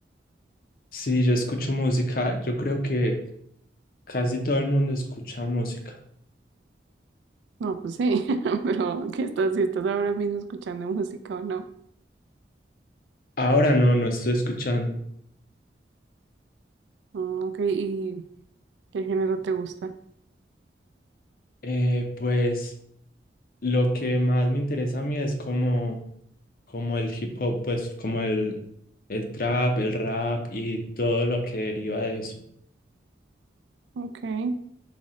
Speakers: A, on the left; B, on the right.
A: Sí, yo escucho música. Yo creo que casi todo el mundo escucha música.
B: No, pues sí. <laughs> Pero ¿qué estás? Si estás ahora mismo escuchando música o no.
A: Ahora no, no estoy escuchando.
B: Mm, ok. ¿Y qué género te gusta?
A: Eh, pues... Lo que más me interesa a mí es como, como el hip hop, pues como el, el trap, el rap y todo lo que deriva de eso.
B: Ok.